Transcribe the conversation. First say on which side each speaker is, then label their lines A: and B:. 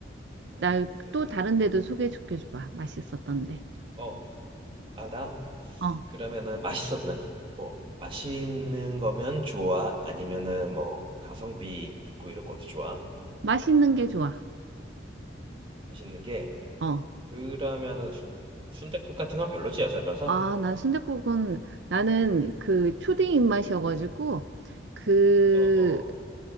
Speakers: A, on the right; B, on the right.
A: 어,
B: 나
A: 내봐야겠다.
B: 또 다른 데도 소개시켜줘봐. 맛있었던데.
A: 어, 아, 나,
B: 어,
A: 그러면은 맛있었는 뭐, 맛있는 거면 좋아? 아니면은 뭐, 가성비 있고 이런 것도 좋아?
B: 맛있는 게 좋아.
A: 맛있는 게,
B: 어.
A: 그러면은 순댓국 같은 건 별로지 여자라서.
B: 아, 나 순댓국은 나는 그 초딩
A: 음,
B: 입맛이어가지고
A: 음,
B: 그,
A: 어, 어,